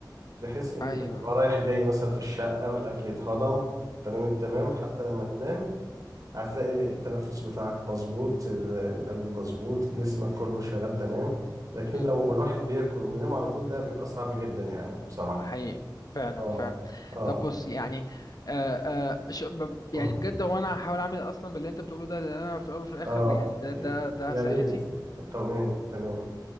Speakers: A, on the right (about 50°); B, on the left (about 55°).
A: بحيث انت
B: أيوه
A: تبقى رايح جاي مثلا في الشقة والاكل يتهضم تمام التمام حتى لما تنام هتلاقي التنفس بتاعك مظبوط ال- القلب مظبوط جسمك كله شغال تمام لكن
B: م.
A: لو الواحد بياكل وينام على طول ده بيبقى صعب جدا يعني بصراحة
B: حقيقي فعلا
A: اه
B: فعلا
A: اه
B: طب بص يعني آه آه ش... ب-
A: اتفضل
B: يعني بجد هو أنا هحاول أعمل أصلا باللي أنت بتقوله ده لأن أنا في الأول وفي الآخر
A: اه
B: يعني ده ده
A: ي-
B: ده
A: يا
B: صحتي
A: ريت تمام تمام